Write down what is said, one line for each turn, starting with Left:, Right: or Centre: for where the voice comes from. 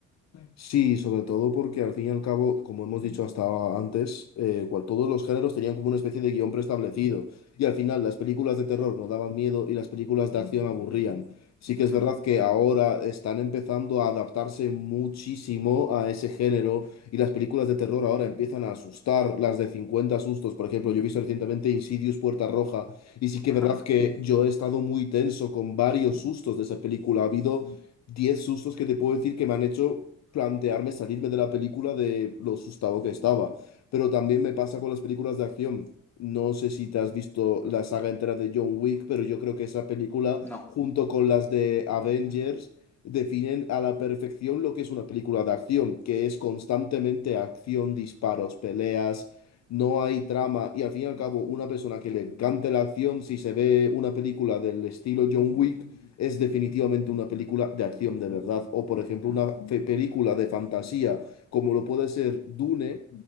Left: Sí, sobre todo porque al fin y al cabo, como hemos dicho hasta antes, eh, cual- todos los géneros tenían como una especie de guión preestablecido. Y al final las películas de terror no daban miedo y las películas de acción aburrían. Sí que es
Centre: Hmm.
Left: verdad que ahora están empezando a adaptarse muchísimo a ese género y las películas de terror ahora empiezan a asustar, las de 50 sustos. Por ejemplo, yo he visto recientemente Insidious Puerta Roja y sí que
Centre: Ajá.
Left: es verdad que yo he estado muy tenso con varios sustos de esa película. Ha habido... 10 sustos que te puedo decir que me han hecho plantearme salirme de la película de lo asustado que estaba. Pero también me pasa con las películas de acción. No sé si te has visto la saga entera de John Wick, pero yo creo que esa película,
Centre: No.
Left: junto con las de Avengers, definen a la perfección lo que es una película de acción, que es constantemente acción, disparos, peleas no hay trama y al fin y al cabo una persona que le encante la acción, si se ve una película del estilo John Wick, es definitivamente una película de acción de verdad. O por ejemplo una fe- película de fantasía como lo puede ser Dune,